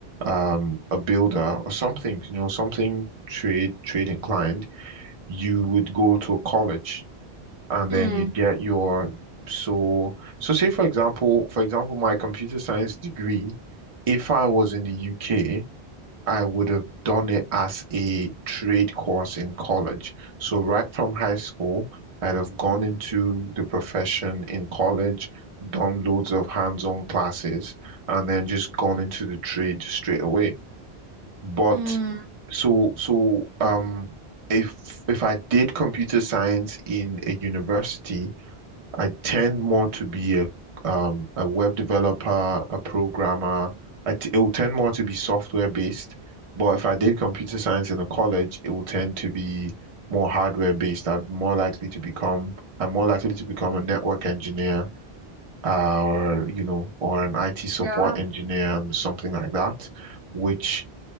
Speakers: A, on the right; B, on the right.
A: um, a builder or something, you know, something trade trade inclined, you would go to a college and
B: Mm-hmm.
A: then you'd get your so so say for example, for example, my computer science degree, if I was in the UK. I would have done it as a trade course in college. So right from high school, I'd have gone into the profession in college, done loads of hands-on classes, and then just gone into the trade straight away. But
B: Mm-hmm.
A: so so um if if I did computer science in a university, I tend more to be a um a web developer, a programmer. I t it will tend more to be software based, but if I did computer science in a college, it will tend to be more hardware based. I'd more likely to become I'm more likely to become a network engineer, uh, or you know, or an IT support
B: Yeah.
A: engineer and something like that, which